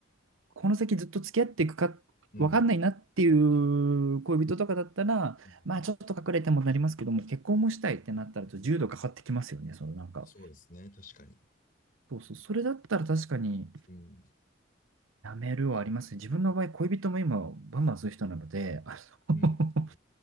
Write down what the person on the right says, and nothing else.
この先ずっと付き合っていくか分かんないなっていう恋人とかだったら、
まあちょっと隠れてもなりますけども、結婚もしたいってなったらちょっと重度かかってきますよね、そのなんか。
そうそう、それだったら確かに
やめるはありますね。自分の場合、恋人も今バンバンする人なので、あの